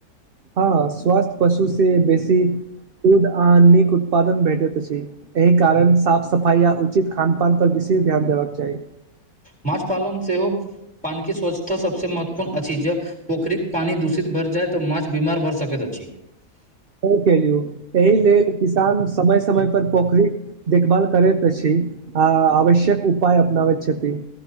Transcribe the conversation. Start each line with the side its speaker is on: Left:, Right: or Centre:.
Right: हँ स्वास्थ पशु से बेसी दूध आ निक उत्पादन भेटत अछि एहि कारण साफ सफाइ आ उचित खान पान पर विशेष ध्यान देबाक चाही
Centre: माँछ पालन सेहो पानिके स्वच्छता सभसँ महत्वपूर्ण अछि पोखरिक पानी दूषित भर जाइ तऽ माछ बीमार भऽ सकैत अछि
Right: सही केलियू एहि लेल किसान समय समय पर पोखरिक देखभाल करैत छी आ आवश्यक उपाय अपनाबैत छथि